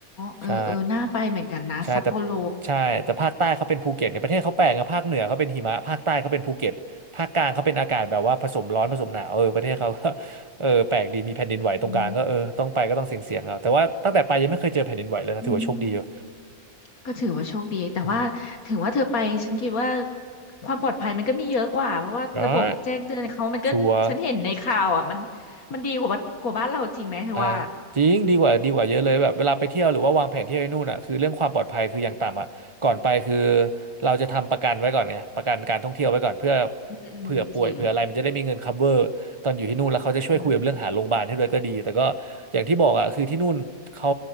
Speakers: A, on the left; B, on the right.
A: เออเออน่าไปเหมือนกันนะซัปโปโร
B: ใช่ใช่แต่ใช่แต่ภาคใต้เขาเป็นภูเก็ตเนี่ยประเทศเขาแปลกนะภาคเหนือเขาเป็นหิมะภาคใต้เขาเป็นภูเก็ตภาคกลางเขาเป็นอากาศแบบว่าผสมร้อนผสมหนาวเออประเทศเขาก็ <laughs> เออแปลกดีมีแผ่นดินไหวตรงกลางก็เออต้องไปก็ต้องเสี่ยงๆเอาแต่ว่าตั้งแต่ไปยังไม่เคยเจอแผ่นดินไหวเลยนะถือว่าโชคดีอยู่
A: อืมอืม ก็ถือว่าโชคดีแต่ว่าถึงว่าเธอไปฉันคิดว่า
B: อืม
A: ความปลอดภัยมันก็มีเยอะกว่าเพราะว่าระบบแจ้งเตือนเขามันก็ฉันเห็นในข่าวอ่ะมัน
B: ได้ชัวร์
A: มันดีกว่าบ้านกว่าบ้านเราจริงไหมเธอว่า
B: อ่าจริงดีกว่าดีกว่าเยอะเลยแบบเวลาไปเที่ยวหรือว่าวางแผนเที่ยวไอ้นู่นอ่ะคือเรื่องความปลอดภัยคืออย่างต่ำอ่ะก่อนไปคือเราจะทำประกันไว้ก่อนไงประกันการท่องเที่ยวไว้ก่อนเพื่อ
A: อืมอืมจริง
B: เผื่อป่วยเผื่ออะไรมันจะได้มีเงิน cover ตอนอยู่ที่นู่นแล้วเขาจะช่วยคุยกับเรื่องหาโรงพยาบาลให้ด้วยก็ดีแต่ก็
A: อืม
B: อย่างที่บอกอ่ะคือที่นู่นเขา